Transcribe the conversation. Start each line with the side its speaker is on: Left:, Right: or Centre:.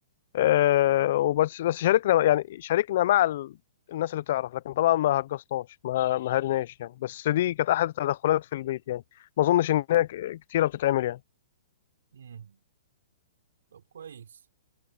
Left: آه، وبس بس شاركنا يعني شاركنا مع ال- الناس اللي بتعرف لكن طبعا ما هجصناش ما ما هرناش يعني بس دي كانت احد التدخلات في البيت يعني ما اظنش ان هي ك- كتيره بتتعمل يعني
Right: امم طب كويس